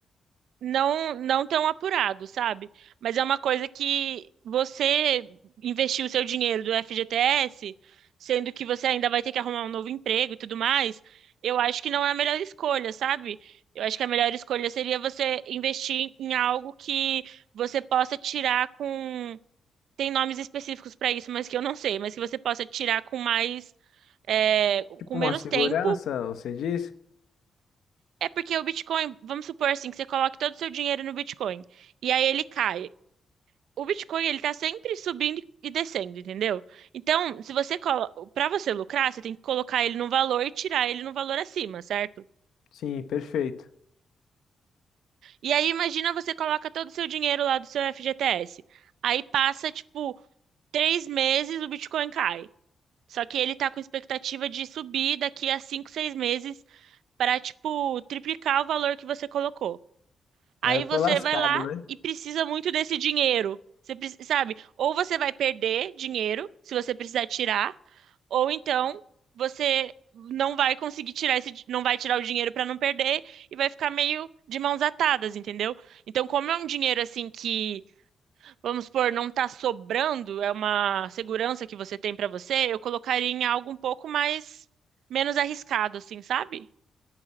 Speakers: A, on the right; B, on the left.
A: não não tão apurado, sabe? Mas é uma coisa que você investiu o seu dinheiro do FGTS, sendo que você ainda vai ter que arrumar um novo emprego e tudo mais, eu acho que não é a melhor escolha, sabe? Eu acho que a melhor escolha seria você investir em algo que você possa tirar com. Tem nomes específicos para isso, mas que eu não sei, mas que você possa tirar com mais. é,
B: Tipo
A: com menos
B: uma segurança,
A: tempo
B: você diz?
A: é porque o Bitcoin, vamos supor assim, que você coloque todo o seu dinheiro no Bitcoin e aí ele cai. O Bitcoin, ele tá sempre subindo e descendo, entendeu? Então, se você colo... para você lucrar, você tem que colocar ele num valor e tirar ele num valor acima, certo?
B: sim, perfeito.
A: E aí imagina você coloca todo o seu dinheiro lá do seu FGTS. Aí passa tipo três meses, o Bitcoin cai. Só que ele tá com expectativa de subir daqui a cinco, seis meses para tipo triplicar o valor que você colocou.
B: Aí
A: Aí
B: eu tô
A: você
B: lascado,
A: vai lá
B: né?
A: e precisa muito desse dinheiro. Você preci- sabe? Ou você vai perder dinheiro se você precisar tirar, ou então você não vai conseguir tirar esse, di- não vai tirar o dinheiro para não perder e vai ficar meio de mãos atadas, entendeu? Então, como é um dinheiro assim que, vamos supor, não tá sobrando, é uma segurança que você tem para você, eu colocaria em algo um pouco mais menos arriscado, assim, sabe?